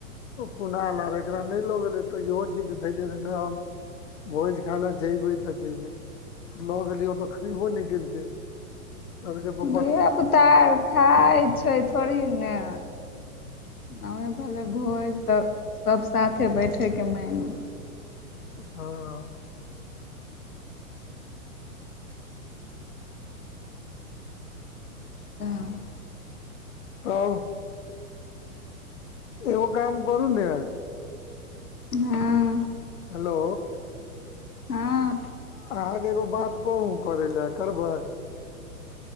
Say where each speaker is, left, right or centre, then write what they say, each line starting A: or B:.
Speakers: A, on the left; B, on the left.
A: कुणाल अर एकरा नय लऽ गेले त इहो जिद्द धैले रहे नय हम भोज खा लऽ जेबै तऽ जेबै - लऽ गेलियो आतऽ खइबो नै केलकै कहलकै प
B: धियापुता आर खाय छै थोरही नऽ नाओ भेलै भोज तऽ सब साथे बैठे केँ माइन
A: हँ
B: हँ
A: तब एगो काम करू ने
B: हँ
A: हेलो
B: हँ
A: अहाँकेँ एगो बात कहू करे लऽ करबै